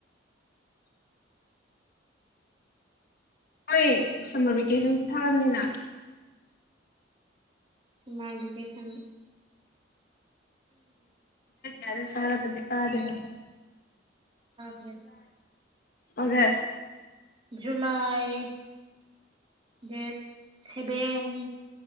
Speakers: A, on the left; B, on the right.
A: ꯎ ꯍꯣꯏ ꯁꯝꯃꯔ ꯚꯦꯀꯦꯁꯟ ꯊꯥꯔꯝꯅꯤꯅ
B: ꯁꯃꯗꯨ ꯀꯦꯁꯟ
A: ꯌꯥꯔ ꯇꯔ ꯀꯥꯗꯅ
B: ꯍꯦ
A: ꯑꯣꯗ
B: ꯖꯨꯂꯥꯏ ꯗꯦꯠ ꯁꯚꯦꯟ